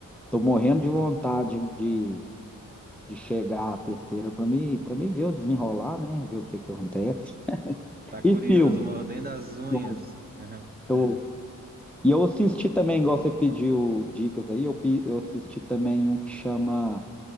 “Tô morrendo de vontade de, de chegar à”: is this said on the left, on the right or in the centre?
Centre